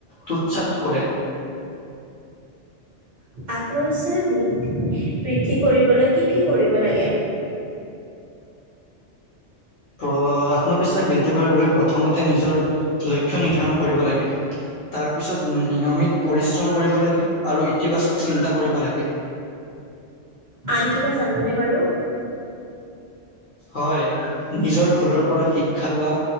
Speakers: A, on the left; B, on the right.
A: তুচ্ছাত কৰে।
B: আত্মবিশ্বাস বুত বৃদ্ধি কৰিবলৈ কি কি কৰিব লাগে?
A: অ' আত্মবিশ্বাস বৃদ্ধি কৰিবলৈ প্ৰথমতে নিজৰ লক্ষ্য নিৰ্ধাৰণ কৰিব লাগে। তাৰপিছত নিয়মিত পৰিশ্ৰম কৰিব লাগে আৰু ইতিবাচক চিন্তা কৰিব লাগে।
B: আন কিবা জানেনে বাৰু।
A: হয়, নিজৰ ভুলৰ পৰা শিক্ষা লোৱা।